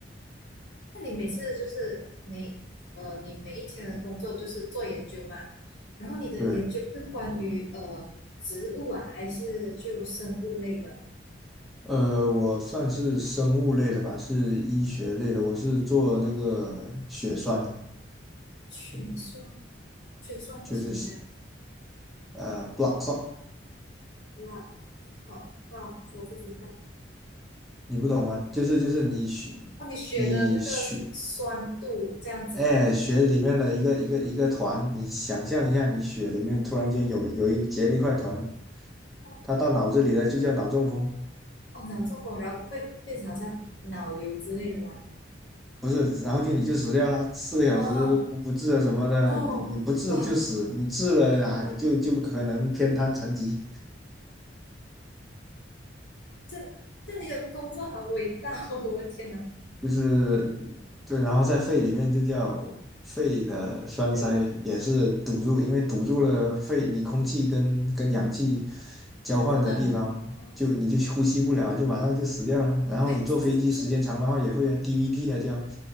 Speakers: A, on the left; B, in the centre.
A: 那你每次就是你呃，你每一天的工作就是做研究嘛，然后你的研究是关于呃植物啊，
B: 对，
A: 还是就生物类的？
B: 呃，我算是生物类的吧，是医学类的，我是做那个血栓，
A: 哦血栓，
B: 嗯
A: 血栓是什么呀？
B: 就是血呃 blood clot，
A: 那好，那我不知道。
B: 你不懂吗？就是就是你血
A: 哦，你血的那个酸度这样子吗？
B: 你血哎血里面的一个一个一个团，你想象一下，你血里面突然间有有一结了一块团，
A: 哦，
B: 它到脑子里了，就叫脑中风。
A: 哦，脑中风，然后会变成好像脑瘤之类的吧。
B: 不是，然后就你就死掉了，四个小时不不治啊什么的，
A: 哦哦，
B: 你你不治就死，
A: 哇，
B: 你治了啊就就可能偏瘫残疾，
A: 这这你的工作好伟大哦！<laughs> 我的天哪，
B: 就是对，然后在肺里面就叫肺的栓塞，
A: 所以
B: 也是堵住，因为堵住了肺，你空气跟跟氧气交换的地方，
A: 就不能哦，
B: 就你就呼吸不了，就马上就死掉了。然后你坐飞机时间长的话，
A: 所以这这
B: 也会啊 DVT 啊叫